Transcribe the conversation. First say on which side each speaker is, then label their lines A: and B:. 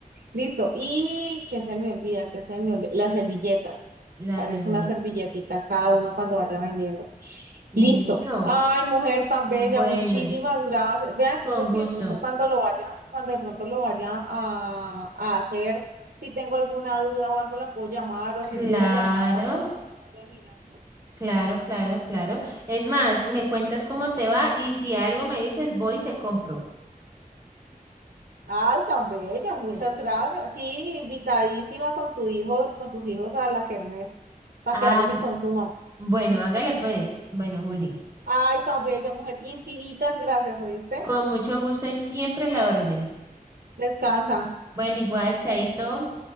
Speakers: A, on the right; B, on the right.
A: Listo, y que se me olvida, que se me olvida, las servilletas,
B: la
A: darles
B: servilleta.
A: una servilletica a cada uno cuando vaya vendiendo.
B: Listo.
A: Listo. Ay, mujer tan bella,
B: Bueno,
A: muchísimas gracias. Vea, entonces
B: con gusto.
A: si de pronto cuando lo vaya, cuando de pronto lo vaya a, a hacer, si tengo alguna duda o algo, la puedo llamar o hacer
B: Claro,
A: videollamada para que usted me vaya mirando.
B: claro, claro, claro. Es más, me cuentas cómo te va y si algo me dices, voy y te compro.
A: Ay, tan bella, muchas
B: Sí.
A: gracias. Sí, invitadísima con tu hijo, con tus hijos a la kermés, para
B: Ay,
A: que vayan y consuman.
B: bueno, hágale pues. Bueno, Juli,
A: Ay, tan bella, mujer, infinitas gracias, ¿oíste?
B: con mucho gusto y siempre la orden.
A: Descansa.
B: Bueno, igual, Chaito.